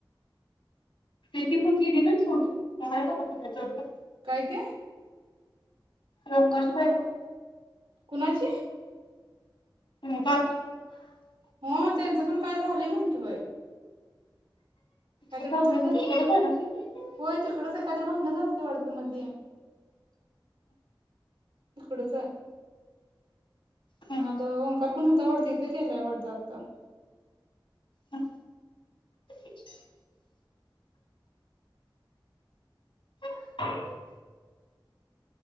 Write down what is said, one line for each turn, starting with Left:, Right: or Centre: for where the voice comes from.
Left: ती ती पण गेली ग सोडुन <unintelligible>
Right: काय ते?
Left: रंगाची बायको
Right: कुणाची?
Left: <unintelligible>
Right: हो त्यांचं पण काय झालंय म्हण कि बाई काहीतरी
Left: जातोय
Right: भांडणं
Left: म्हणजे
Right: झालती
Left: तिकडे जाणार ती. हम्म,
Right: होय तिकडंच आहे काय तर भांडण झालती वाढत मधी इकडच हाय
Left: हम्म,
Right: आता ओंकार पण हुता वाटत इथं गेलाय वाटत आता
Left: हम्म. <inaudible> <unintelligible>